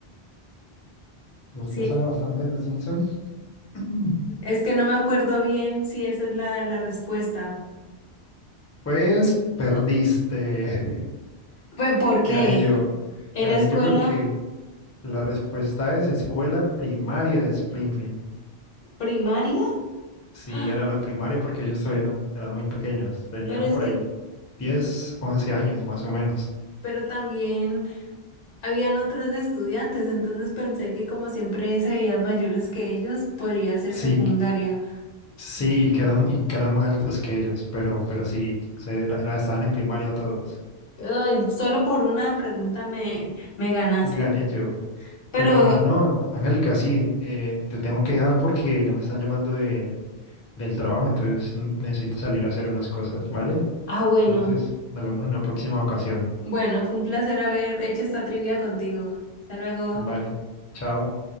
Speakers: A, on the left; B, on the left.
A: Usted
B: Sí,
A: sabe bastante de los Simpsons. <clears throat>
B: es que no me acuerdo bien si esa es la, la respuesta.
A: Pues perdiste.
B: ¿Pero por qué?
A: Gané yo.
B: ¿Era
A: Gané
B: escuela
A: yo porque la respuesta es escuela primaria de Springfield.
B: primaria?
A: Sí,
B: ¡Ah!
A: era la primaria porque ellos todavía eran, eran muy pequeños. Tenían
B: Pero es
A: por
B: que,
A: ahí 10, 11 años más o menos.
B: pero también habían otros estudiantes, entonces pensé que como siempre se veían mayores que ellos, podría ser
A: Sí,
B: secundaria.
A: sí, que eran, y que eran más altos que ellos, pero, pero sí, se- era- era- estaban en primaria todos.
B: Ay, solo por una pregunta me, me ganaste.
A: Gané yo.
B: Pero,
A: Pero no, Angélica, sí, eh, te tengo que dejar porque ya me están llamando de, del trabajo, entonces n- necesito salir a hacer unas cosas, ¿vale?
B: ah, bueno,
A: Entonces, nos vemos en una próxima ocasión.
B: bueno, fue un placer haber hecho esta trivia contigo. Hasta luego.
A: Vale, chao.